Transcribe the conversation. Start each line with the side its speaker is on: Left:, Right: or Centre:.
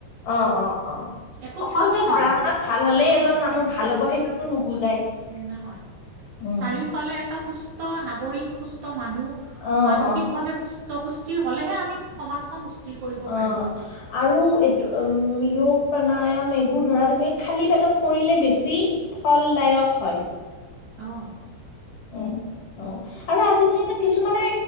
Left: অ' অ' অ'।
Right: একো
Left: অকল
Right: ক্ষতি
Left: যে পঢ়া
Right: নহয়
Left: শুনাত ভাল হলেই
Right: অঁ
Left: এজন মানুহ
Right: অঁ
Left: ভাল
Right: অঁ
Left: হ'ব সেইটোতো নুবুজাই।
Right: নহয়
Left: উম
Right: চাৰিওফালে এটা সুস্থ সুস্থ নাগৰিক সুস্থ মানুহ
Left: অ
Right: মানসিক
Left: অ
Right: ভাৱে সুস্থ সুস্থিৰ হ'লেহে আমি সমাজখন সুস্থিৰ কৰিব
Left: অ
Right: পাৰিম।
Left: আৰু এইটো উ-যৌগ প্ৰাণায়াম এইবোৰ ধৰা তুমি খালী পেটত কৰিলে বেছি ফলদায়ক হয়।
Right: অ'।
Left: উম, অ' আৰু আজিকালিতো কিছুমানে